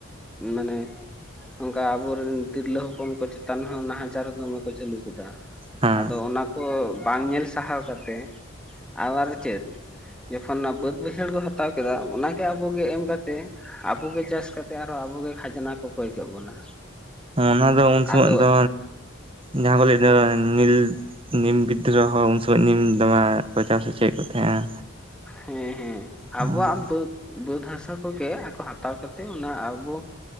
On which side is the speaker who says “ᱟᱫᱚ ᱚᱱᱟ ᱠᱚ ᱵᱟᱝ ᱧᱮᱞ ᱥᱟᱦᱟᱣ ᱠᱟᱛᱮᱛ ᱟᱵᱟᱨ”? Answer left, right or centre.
Centre